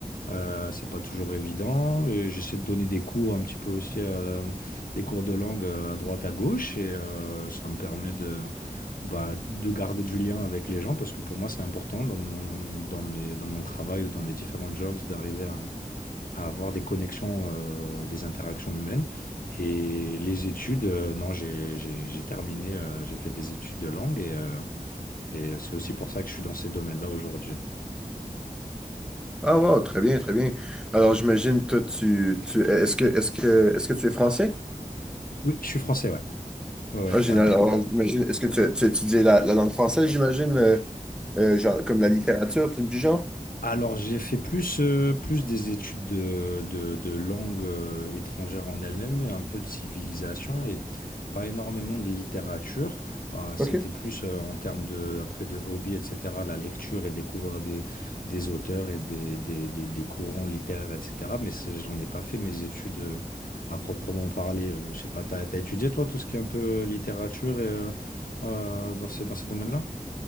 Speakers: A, on the left (about 75°); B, in the centre.
A: Euh, c'est pas toujours évident. Et J'essaie de donner des cours un petit peu aussi, euh, des cours de langue euh, à droite à gauche, et euh, ça me permet de, bah, de garder du lien avec les gens parce que pour moi c'est important dans mon, dans mes, dans mon travail ou dans mes différents jobs d'arriver à, à avoir des connexions, euh, des interactions humaines. Et les études, euh, non, j'ai, j'ai, j'ai terminé, euh, j'ai fait des études de langue et, euh, et c'est aussi pour ça que je suis dans ces domaines-là aujourd'hui.
B: Ah wow, très bien, très bien. Alors j'imagine toi tu tu est-ce que est-ce que est-ce que tu es français?
A: Oui, je suis français, ouais, ouais, ouais,
B: Ah,
A: carrément.
B: génial. Alors, j'imagine, est-ce que tu, tu étudies la, la langue française, j'imagine, euh, euh, genre, comme la littérature, truc du genre?
A: Alors, j'ai fait plus, euh, plus des études de, de, de langue euh, étrangère en elle-même, et un peu de civilisation et pas énormément de littérature. Ah, c'était
B: OK.
A: plus euh, en termes de, après de hobby, etc., la lecture et découvrir des, des auteurs et des, des, des, des courants littéraires, etc. Mais c'est- j'en ai pas fait mes études euh, à proprement parler. Euh, je sais pas, t'as, t'as étudié toi tout ce qui est un peu euh, littérature et, euh, euh, dans ces, dans ces domaines-là?